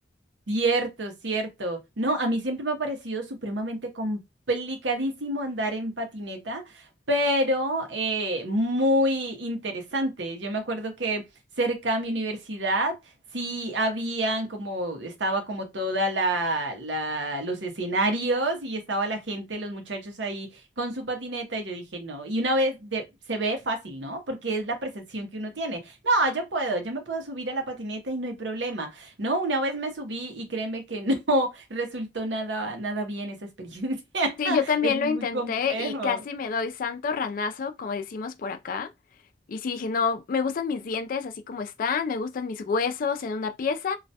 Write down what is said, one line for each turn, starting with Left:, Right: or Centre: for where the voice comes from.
Right: Cierto, cierto. No, a mí siempre me ha parecido supremamente complicadísimo andar en patineta, pero eh, muy interesante. Yo me acuerdo que cerca a mi universidad sí habían como, estaba como toda la, la- los escenarios y estaba la gente, los muchachos ahí con su patineta y yo dije, no. Y una vez de- se ve fácil, ¿no? Porque es la percepción que uno tiene. No, yo puedo, yo me puedo subir a la patineta y no hay problema. No, una vez me subí y créeme que no <laughs> resultó nada, nada bien esa experiencia. <laughs>
Left: Sí, yo también
Right: Es muy
Left: lo intenté
Right: complejo.
Left: y casi me doy santo ranazo, como decimos por acá. Y sí dije, no, me gustan mis dientes así como están, me gustan mis huesos en una pieza,